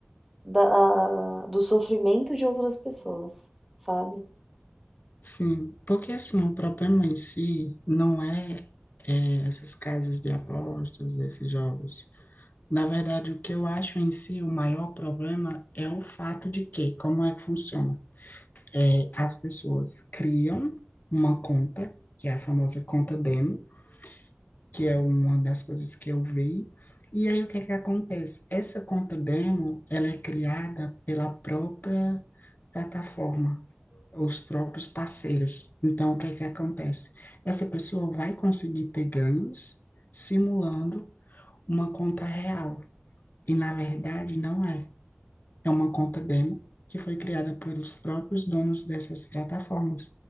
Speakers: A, in the centre; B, on the left.
A: da, do sofrimento de outras pessoas, sabe?
B: Sim, porque assim, o problema em si não é, é essas casas de apostas, esses jogos. Na verdade, o que eu acho em si o maior problema é o fato de que, como é que funciona? É, As pessoas criam uma conta, que é a famosa conta demo, que é uma das coisas que eu vi. E aí o que é que acontece? Essa conta demo, ela é criada pela própria plataforma, os próprios parceiros. Então o que é que acontece? Essa pessoa vai conseguir ter ganhos simulando uma conta real. E na verdade não é. É uma conta demo que foi criada pelos próprios donos dessas plataformas.